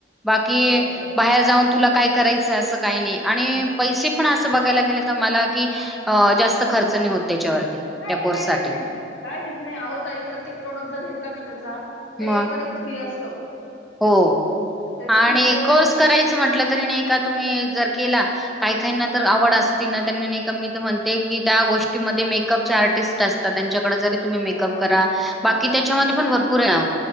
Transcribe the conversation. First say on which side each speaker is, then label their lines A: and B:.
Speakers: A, in the centre; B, on the left.
A: बाकी
B: आहे बरोबर आहे
A: बाहेर जाऊन तुला काय करायचं असं काही नाही आणि पैसे पण असं बघायला गेलं तर मला कि अ जास्त खर्च नाही होत त्याच्यावरती.
B: नाही
A: त्या कोर्ससाठी.
B: काहीचं नाही काहीचं नाही अवं ताई प्रत्येक प्रोडक्ट जर घेतला ना त्याचा तर
A: मग
B: एक व एक फ्री असतो.
A: हो
B: त्याचे
A: आणि
B: म्हणजे
A: कोर्स करायचं म्हटलं तरी नाही का. तुम्ही जर केला. काही काहीनां तर
B: हो
A: आवड असती ती त्यांनी का म्हणते कि त्या गोष्टीमध्ये मेकअपचे आर्टिस्ट असतात त्यांच्याकडे जरी तुम्ही
B: हो
A: मेकअप करा बाकी
B: आणि
A: त्यांच्यामध्ये पण भरपूर ये.